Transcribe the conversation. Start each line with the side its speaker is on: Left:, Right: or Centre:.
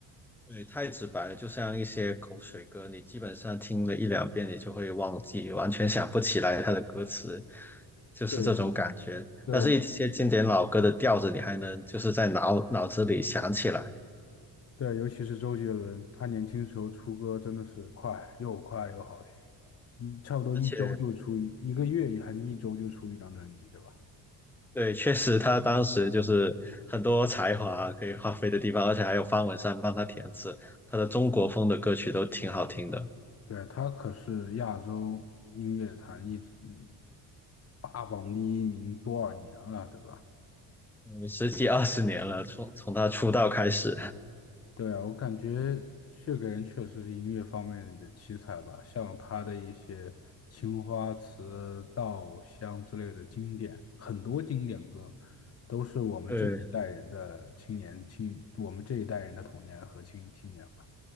Centre: 对太直白了，就像一些口水歌，你基本上听了一两遍，你就会忘记，完全想不起来它的歌词，就是这种感觉。
Left: 对，我对，
Centre: 但是，
Left: 我
Centre: 一些经典老歌的调子，你还能就是在脑脑子里想起来。
Left: 对，尤其是周杰伦，他年轻时候出歌真的是快又快又好听。一差不多一周就出一一个月，
Centre: 而且。
Left: 还是一周就出一张专辑，对吧？
Centre: 对，确实他当时就是很多才华可以发挥的地方，而且还有方文山帮他填词，他的中国风的歌曲都挺好听的。
Left: 对，他可是亚洲音乐坛一直一霸榜第一名多少年了，对吧？
Centre: 嗯，十几二十年了，从从他出道开始。
Left: 对啊，我感觉这个人确实是音乐方面的奇才吧，像他的一些《青花瓷》《稻香》之类的经典，很多经典歌都是我们这一代人的青年青，
Centre: 对，
Left: 我们这一代人的童年和青青年